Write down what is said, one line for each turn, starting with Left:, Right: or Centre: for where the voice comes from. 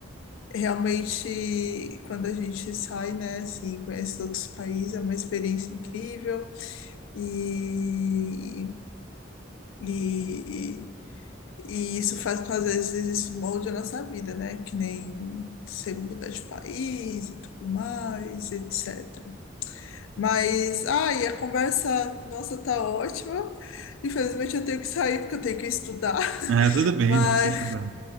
Left: realmente, quando a gente sai, né, assim, conhece outros países, é uma experiência incrível. E e, e isso faz com que, às vezes, isso molde a nossa vida, né? Que nem você mudar de país e tudo mais, etc. Mas, ai, a conversa, nossa, tá ótima. Infelizmente, eu tenho que sair porque eu tenho que estudar. <laughs>
Right: Ah, tudo bem,
Left: Mas,
Right: não, sem problema.